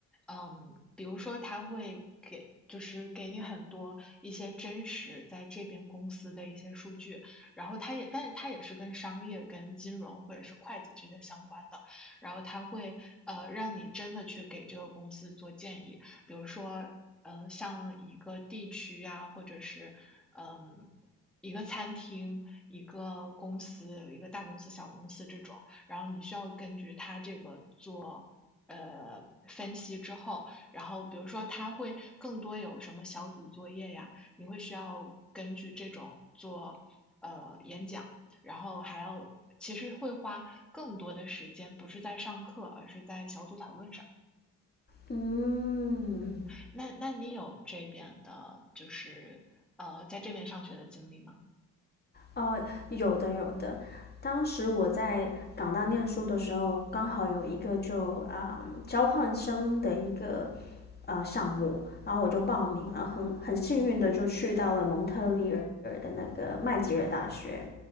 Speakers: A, in the centre; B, on the left.
A: 嗯，比如说它会给。就是给你很多一些真实在这边公司的一些数据，然后它也，但是它也是跟商业、跟金融或者是会计这些相关的，然后它会呃让你真的去给这个公司做建议，比如说呃像一个地区呀、或者是嗯、呃一个餐厅、一个公司、一个大公司、小公司这种，然后你需要根据它这个做呃分析之后，然后比如说它会更多有什么小组作业呀，你会需要根据这种做呃演讲，然后还要其实会花更多的时间，不是在上课，而是在小组讨论上。
B: 嗯，
A: 嗯，那那你有这边的，就是呃在这边上学的经历吗？
B: 哦，有的有的。当时我在港大念书的时候，刚好有一个就啊、交换生的一个呃项目，然后我就报名了，很很幸运的就去到了蒙特利尔的那个麦吉尔大学。